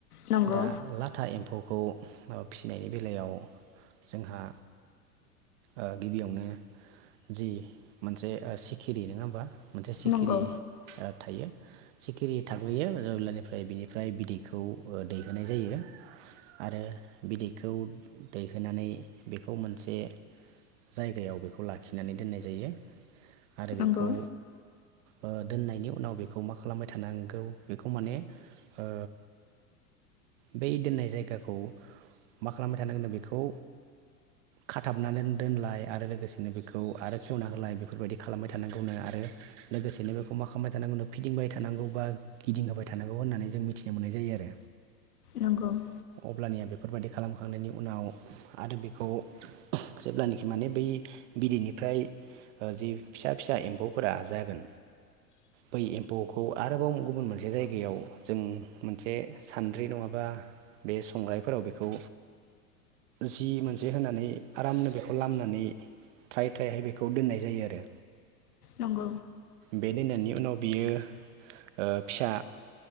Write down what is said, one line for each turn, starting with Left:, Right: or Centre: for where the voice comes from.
Left: नंगौ
Right: दा लाथा एम्फौखौ ओ फिसिनायनि बेलायाव जोंहा ओ गिबियावनो जि मोनसे ओ सिखिरि नोङा होमबा। मोनसे सिखिरि
Left: नंगौ
Right: ओ थायो। सिखिरि थाग्रोयो जेब्लानिफ्राय बिनिफ्राय बिदैखौ ओ दैहोनाय जायो। आरो बिदैखौ दैहोनानै बेखौ मोनसे जायगायाव बेखौ लाखिनानै दोननाय जायो। आरो
Left: नंगौ
Right: बेखौ ओ दोननायनि उनाव बेखौ मा खालामबाय थानांगौ बेखौ माने ओ बै दोननाय जायगाखौ मा खालामबाय थानांगौनो बेखौ खाथाबनानै दोनलाय आरो लोगोसेनो बेखौ आरो खेवना होलाय बेफोरबायदि खालामबाय थानांगौनो आरो लोगोसेनो बेखौ मा खामबाय थानांगौनो फिदिंबाय थानांगौ बा गिदिंहोबाय थानांगौ होननानै जों मिथिनो मोननाय जायो आरो
Left: नंगौ
Right: अब्लानिया बे- फोरबायदि खालामखांनायनि उनाव आरो बेखौ जेब्लानिखि माने बै बिदैनिफ्राय ओ जि फिसा फिसा एम्फौ फोरा जागोन बै एम्फौखौ आरोबाव गुबुन मोनसे जायगायाव जों मोनसे सान्द्रि नङाबा बे संग्रायफोराव बेखौ जि मोनसे होनानै आरामनो बेखौ लामनानै थ्राय थ्रायहाय बेखौ दोननाय जायो आरो
Left: नंगौ
Right: बे दोननायनि उनाव बियो ओ फिसा